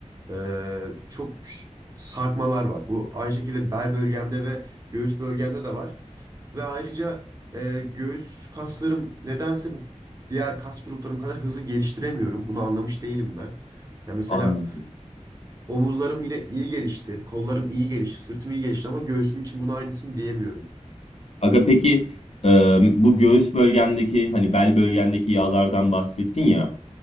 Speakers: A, on the right; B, on the left.
A: e, çok ş- sarkmalar var. Bu aynı şekilde bel bölgemde ve göğüs bölgemde de var. Ve ayrıca e, göğüs kaslarım nedense bu diğer kas gruplarım kadar hızlı geliştiremiyorum. Bunu anlamış değilim ben. Ya mesela
B: Anladım.
A: omuzlarım yine iyi gelişti, kollarım iyi gelişti, sırtım iyi gelişti ama göğsüm için bunu aynısını diyemiyorum.
B: Aga peki e, bu göğüs bölgendeki hani bel bölgendeki yağlardan bahsettin ya